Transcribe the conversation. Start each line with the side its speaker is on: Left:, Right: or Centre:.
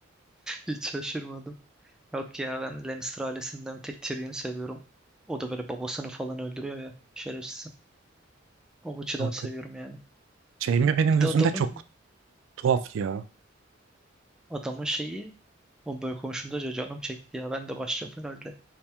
Centre: Hiç şaşırmadım. Yok ya ben Lannister ailesinden bir tek Tyrion'u seviyorum. O da böyle babasını falan öldürüyor ya. Şerefsiz. O açıdan
Right: Kanka,
Centre: seviyorum yani.
Right: Jaime benim
Centre: Bir
Right: gözümde
Centre: de adamın
Right: çok tuhaf ya.
Centre: adamın şeyi o böyle konuşunca ca- canım çekti ya. Ben de başlayacağım herhalde.